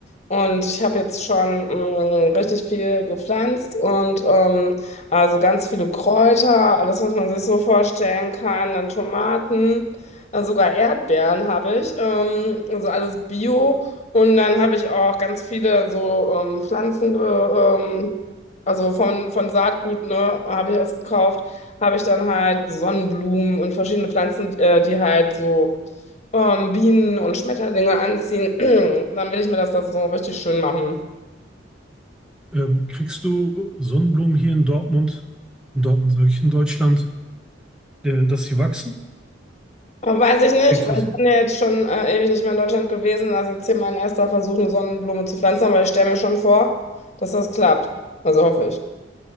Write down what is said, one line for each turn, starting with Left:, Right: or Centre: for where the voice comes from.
Left: Und ich habe jetzt schon mh, richtig viel gepflanzt und ähm, also ganz viele Kräuter, alles, was man sich so vorstellen kann, dann Tomaten, äh, sogar Erdbeeren habe ich, ähm, also alles Bio. Und dann habe ich auch ganz viele so ähm, Pflanzen, ge- ähm, also von, von Saatgut, ne, habe ich erst gekauft habe ich dann halt Sonnenblumen und verschiedene Pflanzen, äh, die halt so ähm, Bienen und Schmetterlinge anziehen. <clears throat> Dann will ich mir das, das so richtig schön machen.
Centre: Ähm, kriegst du Sonnenblumen hier in Dortmund, in Dortmund sage ich, in Deutschland, äh, dass sie wachsen?
Left: Aber weiß ich nicht,
Centre: Kriegst
Left: weil
Centre: du das
Left: ich
Centre: hin?
Left: bin ja jetzt schon äh, ewig nicht mehr in Deutschland gewesen. Das ist jetzt hier mein erster Versuch, eine Sonnenblume zu pflanzen, aber ich stelle mir schon vor, dass das klappt. Also hoffe ich.